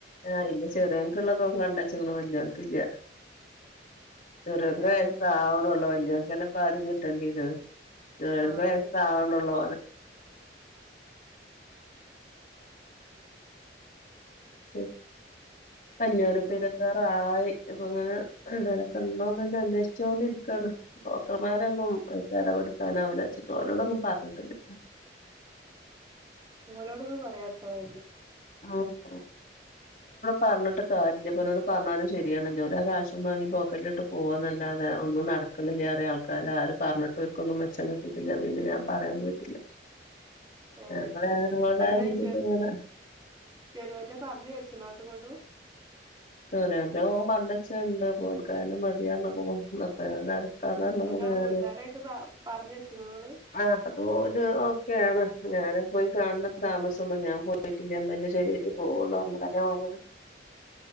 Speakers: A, on the left (about 45°); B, on the right (about 20°).
A: ആഹ് ഇന്ന് ചെറിയതിങ്ങക്കുള്ളത് കണ്ടേച്ച്ക്ക്ണ് വല്യവർക്കില്ല ചെറിയങ്ങക്ക്
B: ഏഹ്
A: വയസ് ആവണെ ഒള്ളു വല്ല്യവന് പാതി ഇരുപത്തി രണ്ടിൽ കേറും ചെറിയതിങ്ങക്ക്
B: ആണ്
A: വയസ് ആവണെ ഒള്ളു <unintelligible> അഞ്ഞൂറ് പേരെത്താറായി
B: ഏഹ്
A: ഇപ്പൊ ഇങ്ങനെഎന്തൊലും ഒക്കെ ഉണ്ടോന്ന് തന്നെ അന്വേഷിച്ചോണ്ടിരിക്കുവയാണ് ചെറുക്കന്മാരെയൊന്നും അതിൽ ഇടപെടുത്താൻ ആവില്ല അവലോടൊന്നും പറഞ്ഞിട്ടുണ്ട്
B: ഓനോട് ഒന്ന് പറഞ്ഞേക്കാവോ
A: <unintelligible> പറഞ്ഞിട്ട് <unintelligible> പറഞ്ഞാലും <unintelligible> ശരിയണല്ലോ അത് കാശം വാങ്ങി പോക്കറ്റിലിട്ട് പോവാൻന്നല്ലാതെ ഒന്നും നടക്കണില്ല വേറെ ആൾക്കാര് ആര് പറഞ്ഞിട്ട് എനിക്കൊന്നും മെച്ചം കിട്ടിയിട്ടില്ല പിന്നെ ഞാൻ പറയാൻ പോയിട്ടില്ല
B: ഏഹ്
A: ഞങ്ങ ഞങ്ങളുടേതായ
B: അല്ല
A: രീതിക്കങ്ങന്നെ
B: ചെ ചെറിയോന്റെ പറഞ്ഞു വെച്ചനോ അങ്ങോട്ടുമിങ്ങോട്ടും
A: <unintelligible> പറഞ്ഞ്ക്ക്ണു
B: അതാ
A: ഞാന്
B: വീട്ടുകാരായിട്ട് പ പറഞ്ഞച്ചുണോങ്ങള്
A: ആ അതോല് ഓക്കെയണ് ഞാനും പോയി കാണേണ്ട താമസംള്ളു ഞാൻ പോയിട്ടില്ലേ അമ്മ എന്റെ ശരിയിട്ട പോവള്ളു പറഞ്ഞതാ ഞാൻ ഒന്നോട് <inaudible>